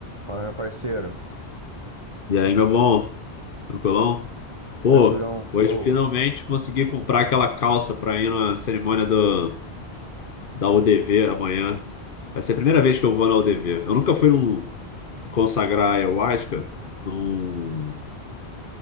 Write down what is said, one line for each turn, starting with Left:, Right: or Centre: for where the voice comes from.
Right: Fala, meu parceiro.
Left: E aí, meu bom? Tranquilão? Pô,
Right: Tranquilão.
Left: hoje
Right: Ô,
Left: finalmente consegui comprar aquela calça pra ir na cerimônia do, da UDV amanhã. Vai ser a primeira vez que eu vou na UDV. Eu nunca fui num, consagrar ayahuasca num,